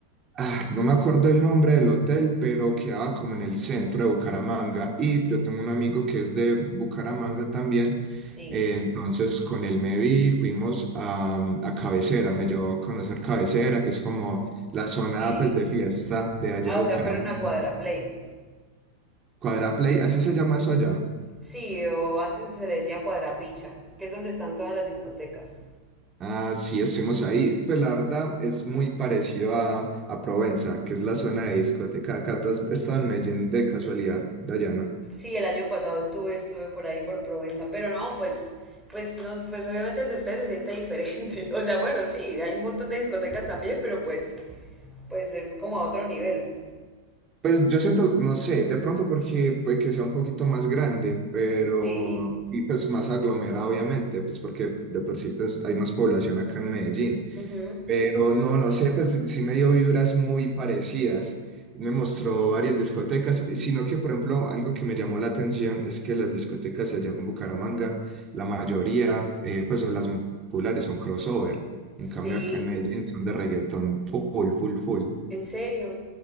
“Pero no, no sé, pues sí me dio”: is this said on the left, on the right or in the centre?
Right